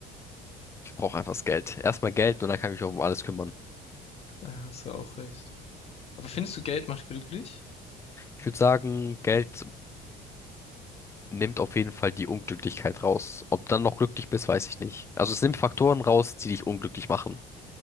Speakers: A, on the left; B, on the left.
A: Ich brauche einfach das Geld. Erstmal Geld und dann kann ich mich auch um alles kümmern.
B: da hast du auch recht. Aber findest du, Geld macht glücklich?
A: Ich würde sagen, Geld nimmt auf jeden Fall die Unglücklichkeit raus. Ob du dann noch glücklich bist, weiß ich nicht. Also es nimmt Faktoren raus, die dich unglücklich machen.